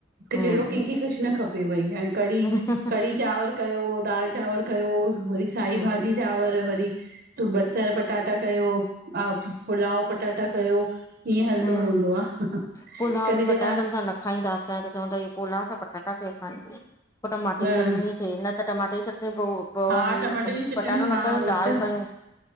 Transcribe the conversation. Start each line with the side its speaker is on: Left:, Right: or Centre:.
Right: हिक
Left: हम्म
Right: जेंड़ो कंहिंखे कुछ न खपे पे वई हाणे कढ़ी
Left: हम्म
Right: कढ़ी चांवर कयो दाल चांवर कयो वरी साई
Left: हम्म
Right: भाजी। चांवर वरी तूं बस सर पटाटा कयो पुलाव पटाटा कयो त ईह हलंदो
Left: हम्म
Right: रहंदो आ कॾहिं
Left: पुलाव बि पटाटनि
Right: त ता
Left: सां न खाईंदा असाय त चवंदायी इयो पोला सा पटाटा केर खाईंदो पो टमाटे
Right: तव्हां
Left: ई चटड़ी। पेरया त टमाटे जी चटड़ी रोज़। पो
Right: हा टमाटे जी चटणी
Left: पटाटो न
Right: हा
Left: कयूं
Right: उई
Left: दाल
Right: त
Left: कयूं